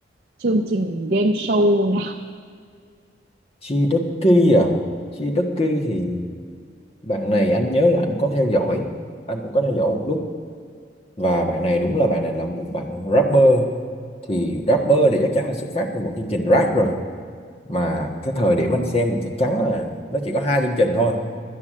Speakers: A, on the right; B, on the left.
A: chương trình game show nào
B: Chiducky à Chiducky thì bạn này anh nhớ là anh có theo dõi anh cũng có theo dõi một lúc và bạn này đúng là bạn này là một bạn rapper thì rapper thì chắc chắn là xuất phát từ một chương trình rap rồi mà cái thời điểm anh xem thì chắc chắn là nó chỉ có hai chương trình thôi